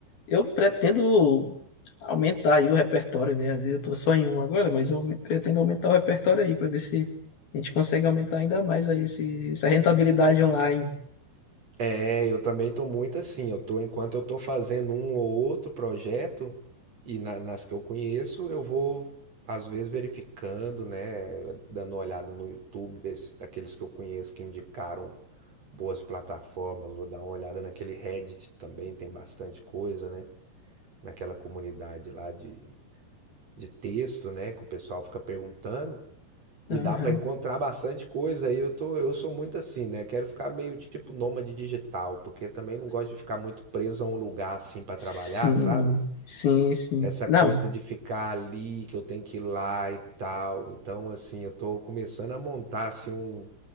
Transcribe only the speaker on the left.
eu pretendo aumentar aí o repertório, né? Às vezes Eu tô só em um agora, mas eu me- pretendo aumentar o repertório aí para ver se a gente consegue aumentar ainda mais aí esse, essa rentabilidade online.
Aham.
Sim,
sim, sim.
Não,